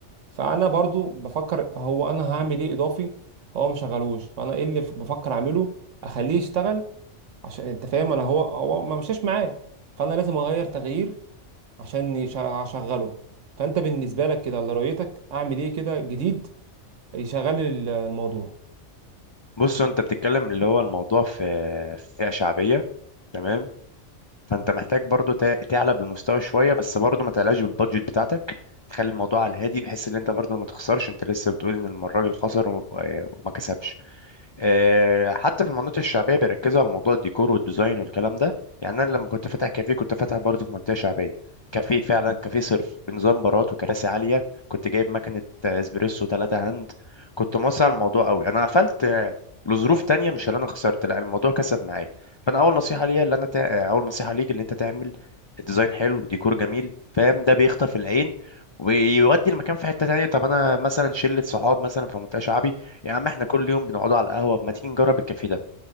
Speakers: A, on the right; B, on the left.
A: فانا برضو بفكر هو انا هعمل ايه اضافي هو ما شغلوش فانا ايه اللي بفكر اعمله اخليه يشتغل عشان انت فاهم انا هو هو ما مشاش معاه فانا لازم اغير تغيير عشان يش- اشغله فانت بالنسبه لك كده ولا رؤيتك اعمل ايه كده جديد يشغل ال- الموضوع
B: بص انت بتتكلم اللي هو الموضوع في في فئة شعبية تمام فانت محتاج برضو تع- تعلى بالمستوى شوية بس برضو ما تعلاش بالبادجت بتاعتك تخلي الموضوع على الهادي بحيث ان انت برضو ما تخسرش انت لسه بتقول ان الراجل خسر و- وما كسبش آه، حتى في المناطق الشعبيه بيركزوا على موضوع الديكور والديزاين والكلام ده يعني انا لما كنت فاتح كافيه كنت فاتح برضه في منطقه شعبيه كافيه فعلا كافيه صرف بنظام بارات وكراسي عاليه كنت جايب مكنه آه، اسبريسو ثلاثة هاند كنت موسع الموضوع قوي انا قفلت آه، لظروف تانية مش اللي انا خسرت لا الموضوع كسب معايا فانا اول نصيحه ليا اللي انا تع... اول نصيحه ليك اللي انت تعمل ديزاين حلو ديكور جميل فاهم ده بيخطف العين ويودي المكان في حته تانية طب انا مثلا شله صحاب مثلا في منطقه شعبي يا عم احنا كل يوم بنقعدوا على القهوة ما تيجي نجرب الكافيه ده